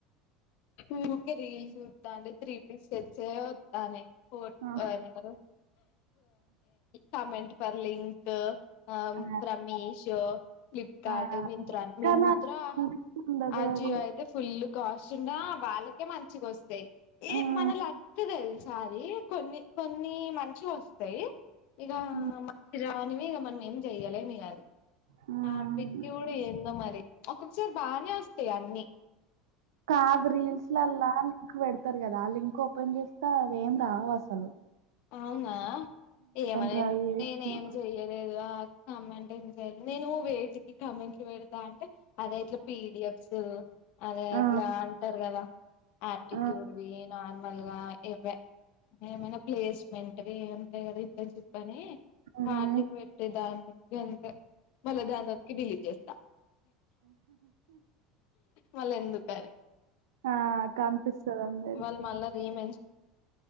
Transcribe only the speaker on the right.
ఆ!
ఆ!
ఆ!
కానీ అది కనిపిస్తుండదు
రా
రీ
హ్మ్.
హ్మ్.
హ్మ్.
కాదు రీల్స్లలా నిలింక్ పెడత చెారు కదా ఆ లింక్ ఓపెన్ చేస్తే అవి ఏం రావు అసలు
ట్రై చేషినా.
ఆ!
ఆ!
హ్మ్.
ఆ! కనిపిస్తదందరికి.